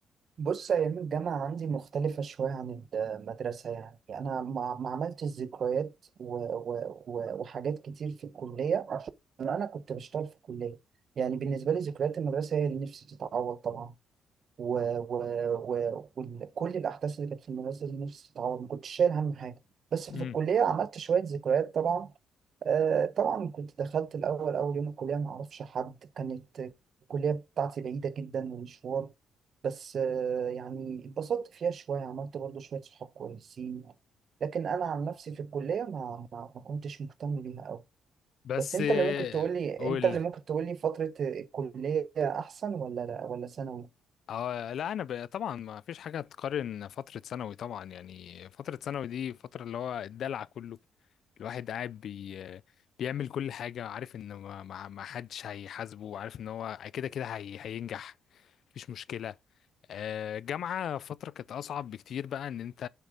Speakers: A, on the right (about 55°); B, on the left (about 65°).
A: بص أيام الجامعة عندي مختلفة شوية عن المدرسة يعني يعني أنا ما ما عملتش ذكريات و... و... و... وحاجات كتير في الكلية عشان أنا كنت بشتغل في الكلية يعني بالنسبة لي ذكريات المدرسة هي اللي نفسي تتعوض طبعا و... و... و... وكل الأحداث اللي كانت في المدرسة اللي نفسي تتعوض ما كنتش شايل هم حاجة بس في
B: امم
A: الكلية عملت شوية ذكريات طبعا آه، طبعا كنت دخلت الأول أول يوم الكلية ما أعرفش حد كانت الكلية بتاعتي بعيدة جدا ومشوار بس آه، يعني اتبسطت فيها شوية عملت برضو شوية صحاب كويسين لكن أنا عن نفسي في الكلية ما ما, ما كنتش مهتم بيها أوي
B: بس
A: بس أنت
B: آه،
A: اللي ممكن تقولي
B: قول
A: أنت اللي ممكن تقولي فترة الكلية أحسن ولا لا ولا ثانوي؟
B: اه لا انا ب... طبعا ما فيش حاجه تقارن فتره ثانوي طبعا يعني فتره ثانوي دي فتره اللي هو الدلع كله الواحد قاعد بي... بيعمل كل حاجه عارف ان ما, ما... ما حدش هيحاسبه عارف ان هو كده كده هي... هينجح مفيش مشكله آه، جامعه فتره كانت اصعب بكتير بقى ان انت